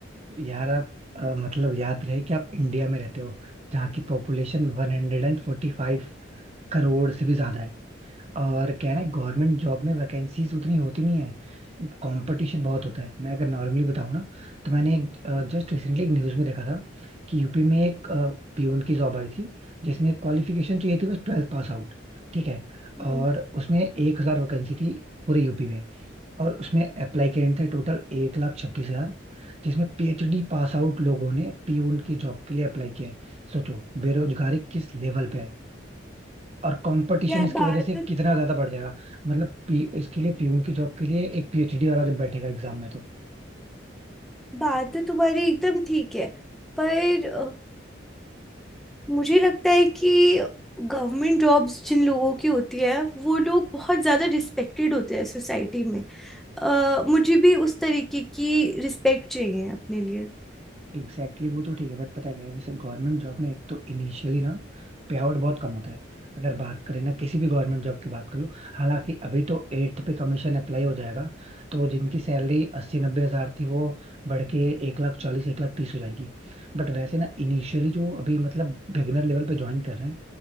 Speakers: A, on the right; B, in the centre.
A: यार आप अ, मतलब याद रहे कि आप इंडिया में रहते हो जहाँ की पॉपुलेशन वन हंड्रेड एंड फोर्टी फाइव करोड़ से भी ज्यादा और क्या है ना गवर्नमेंट जॉब में वैकेंसीज उतनी होती नहीं है कंपटीशन बहुत होता है मैं अगर नॉर्मली बताऊँ ना तो मैंने एक जस्ट रिसेंटली एक न्यूज़ में देखा था कि यूपी में एक पियून की जॉब आई थी जिसमें क्वालिफिकेशन चाहिए थी बस ट्वेल्थ पास आउट ठीक है
B: हम्म,
A: और उसमें एक हजार वैकेंसी थी पूरे यूपी में और उसमें अप्लाई करने थे टोटल एक लाख छत्तीस हजार जिसमें पीएचडी पास आउट लोगों ने पीयून की जॉब के लिए अप्लाई किया है सोचो बेरोजगारी किस लेवल पे है और कंपटीशन
B: यार
A: इसकी
B: बात
A: वजह से कितना ज्यादा बढ़ जाएगा मतलब पी, इसके लिए पीयून की जॉब के लिए एक पीएचडी वाला जब बैठेगा एग्जाम में तो
B: बात तो तुम्हारी एकदम ठीक है पर मुझे लगता है कि गवर्नमेंट जॉब्स जिन लोगों की होती है वो लोग बहुत ज़्यादा रिस्पेक्टेड होते हैं सोसाइटी में अ, मुझे भी उस तरीके की रिस्पेक्ट चाहिए अपने लिए
A: एग्जैक्टली exactly वो तो ठीक है बट पता है क्या है जैसे गवर्नमेंट जॉब में एक तो इनिशियली ना पे आउट बहुत कम होता है अगर बात करें ना किसी भी गवर्नमेंट जॉब की बात कर लो हालांकि अभी तो एट्थ पे कमीशन अप्लाई हो जाएगा तो जिनकी सैलरी अस्सी नब्बे हजार थी वो बढ़ के एक लाख चालीस एक लाख तीस हो जाएगी बट वैसे ना इनिशियली जो अभी मतलब बिगिनर लेवल पे ज्वाइन कर रहे हैं